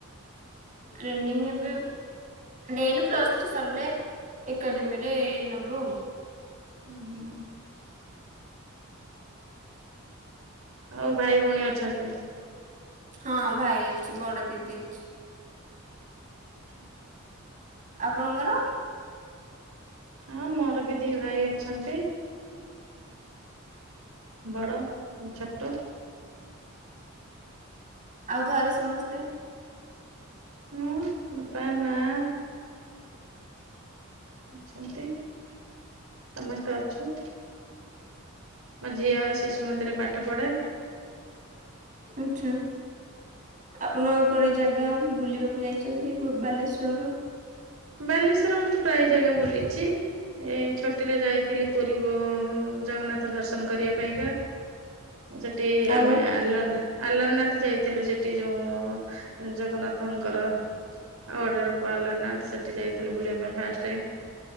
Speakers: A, on the right (about 35°); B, on the right (about 80°).
A: ଟ୍ରେଡିଂ ଏବେ ନେଇନୁ ପ୍ଲସ ଥ୍ରୀ ସରିଲେ ଏକାଡେମୀରେ ନବୁ।
B: ହୁଁ ହୁଁ ଆଉ ଭାଇ ଭଉଣୀ ଅଛନ୍ତି।
A: ହଁ ଭାଇ ଅଛି ବଡ ଦିଦି ଅଛି।
B: ହୁଁ
A: ଆପଣଙ୍କର?
B: ହଁ ମୋର ବି ଦି ଭାଇ ଅଛନ୍ତି। ବଡ଼ ଛୋଟ
A: ଆଉ ଘରେ ସମସ୍ତେ
B: ହଁ ବାପା ମାଆ ଅଛନ୍ତି। ସମସ୍ତେ ଅଛୁ। ମୋ ଝିଅ ଶିଶୁ ମନ୍ଦିରରେ ପାଠ ପଢେ।
A: ଆଛା। ଆପଣ ଆଉ କୁଆଡେ ଜାଗା ବୁଲିବାକୁ ଯାଇଛନ୍ତି ବାଲେଶ୍ଵରରୁୁ?
B: ବାଲେଶ୍ଵର ମୁଁ ତ ପ୍ରାୟ ଜାଗା ବୁଲିଛି। ଏଇ ଛୁଟିରେ ଯାଇଥିଲି ପୁରୀ ବୁ ଜଗନ୍ନାଥ ଦର୍ଶନ କରିବା ପାଇଁକା। ସେଠି
A: ଆଉ
B: ଆମେ ଆଲାନା ଆଲାରନାଥ ଯାଇଥିଲୁ ସେଠି ଯୋଉ ଜଗନ୍ନାଥଙ୍କର। ଆଉ ଅଡର ପାଲ ନା ସେ ଯାଇଥିଲି ବୁଲିବା ପାଇଁ ଫାଷ୍ଟେ